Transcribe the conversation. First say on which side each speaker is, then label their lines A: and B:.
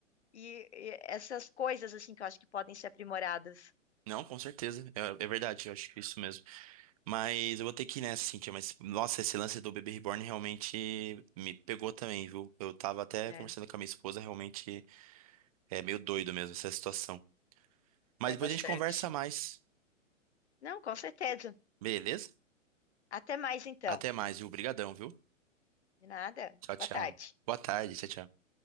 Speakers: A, on the left (about 55°); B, on the right (about 25°).
A: E, e essas coisas assim que eu acho que podem ser aprimoradas.
B: Não, com certeza. É, é verdade, eu acho que é isso mesmo. Mas eu vou ter que ir nessa, Cintia. Mas, nossa, esse lance do bebê reborn realmente me pegou também, viu? Eu tava até
A: É,
B: conversando com a minha esposa, realmente é meio doido mesmo essa situação. Mas
A: é
B: depois
A: bastante.
B: a gente conversa mais,
A: Não, com certeza.
B: beleza?
A: Até mais então.
B: Até mais, viu? Obrigadão, viu?
A: De nada.
B: Tchau, tchau.
A: Boa tarde.
B: Boa tarde, tchau, tchau.